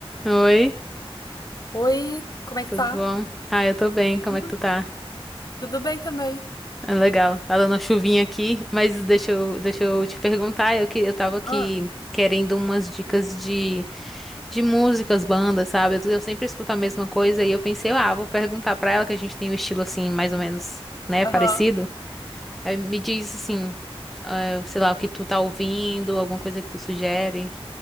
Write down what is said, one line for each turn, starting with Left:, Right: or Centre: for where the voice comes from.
Centre: Oi,
Left: Oi, como é
Centre: tudo
Left: que tá?
Centre: bom? Ah, eu tô bem, como
Left: Hum,
Centre: é que tu tá?
Left: tudo bem também.
Centre: É legal, tá dando uma chuvinha aqui, mas deixa eu, deixa eu te perguntar, eu, que, eu tava aqui
Left: Ah,
Centre: querendo umas dicas de, de músicas, bandas, sabe? Eu, eu sempre escuto a mesma coisa e eu pensei, ah, vou perguntar pra ela que a gente tem um estilo assim, mais ou menos, né,
Left: Aham.
Centre: parecido. Aí me diz assim, ah, sei lá, o que tu tá ouvindo, alguma coisa que tu sugere.